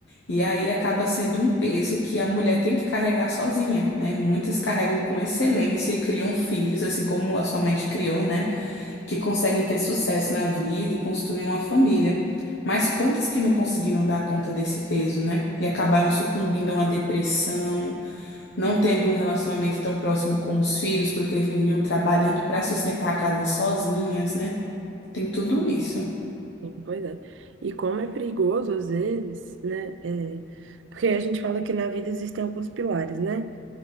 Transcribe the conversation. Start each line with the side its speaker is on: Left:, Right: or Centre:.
Left: E aí acaba sendo um peso que a mulher tem que carregar sozinha, né? Muitas carregam com excelência e criam filhos, assim como a sua mãe te criou, né? que conseguem ter sucesso na vida e construir uma família. Mas quantas que não conseguiram dar conta desse peso, né? E acabaram sucumbindo a uma depressão, não tendo um relacionamento tão próximo com os filhos, porque viviam trabalhando para sustentar a casa sozinhas, né? Tem tudo isso.
Right: Sim, Pois é. E como é perigoso, às vezes, né? é, porque a gente fala que na vida existem alguns pilares, né?